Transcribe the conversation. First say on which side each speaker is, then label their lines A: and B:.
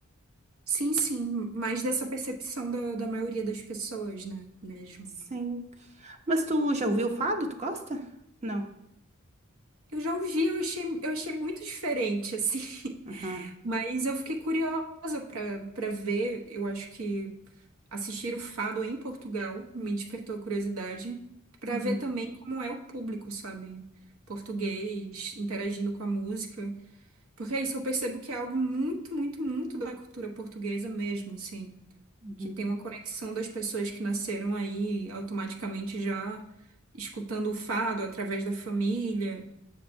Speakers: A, on the right; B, on the right.
A: Sim, sim, mais dessa percepção da, da maioria das pessoas, né? Mesmo.
B: Sim. Mas tu já ouviu o fado? Tu gosta? Não.
A: Eu já ouvi, eu achei, eu achei muito diferente, assim. <laughs>
B: Uhum.
A: Mas eu fiquei curiosa para para ver. Eu acho que assistir o Fado em Portugal me despertou a curiosidade para
B: Uhum,
A: ver também como é o público, sabe? Português, interagindo com a música. Porque é isso eu percebo que é algo muito, muito, muito da cultura portuguesa mesmo, assim.
B: uhum.
A: que tem uma conexão das pessoas que nasceram aí automaticamente já escutando o fado através da família.